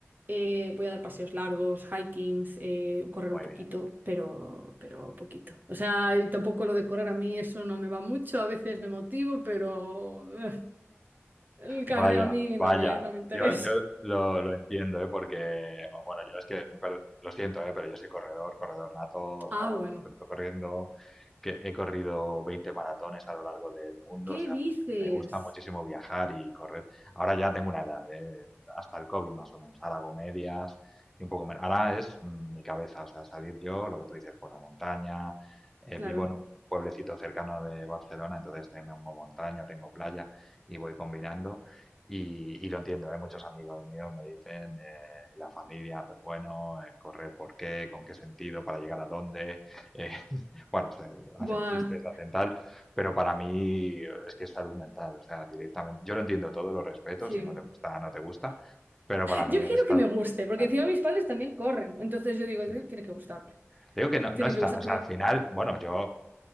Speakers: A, on the right; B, in the centre.
A: eh, voy a dar paseos largos, hikings, eh, correr
B: Muy
A: un poquito,
B: bien.
A: pero, pero poquito. O sea, y tampoco lo de correr a mí eso no me va mucho, a veces me motivo, pero... <laughs> El cardio
B: Vaya,
A: a mí
B: vaya.
A: no me, no me interesa.
B: Yo, yo lo, lo entiendo, ¿eh? Porque, bueno, yo es que, per- lo siento, ¿eh? Pero yo soy corredor, corredor nato, o
A: Ah,
B: sea,
A: bueno.
B: pero estoy corriendo, que he corrido 20 maratones a lo largo del mundo,
A: ¿Qué
B: o sea,
A: dices?
B: me, me gusta muchísimo viajar y correr. Ahora ya tengo una edad, ¿eh? Hasta el COVID más o menos, ahora hago medias y un poco menos. Ahora es mm, mi cabeza, o sea, salir yo, lo que tú dices, por la montaña, eh,
A: Claro.
B: vivo en un pueblecito cercano de Barcelona, entonces tengo montaña, tengo playa y voy combinando. Y, y lo entiendo, ¿eh? Muchos amigos míos me dicen, eh, la familia, pero bueno, eh, correr por qué, con qué sentido, para llegar a dónde. eh, <laughs> bueno, se hacen
A: Buah,
B: chistes, hacen tal, pero para mí eh, es que es salud mental, o sea, directamente. Yo lo entiendo todo, lo respeto,
A: sí.
B: si no te gusta, no te gusta, pero para mí
A: Yo
B: es
A: quiero
B: salud
A: que me guste, porque
B: mental.
A: encima mis padres también corren. Entonces yo digo,
B: sí.
A: "Sí, tiene que gustarme,
B: Te digo que no,
A: tiene
B: no está,
A: que gustar.
B: o
A: Pero
B: sea, al final, bueno, yo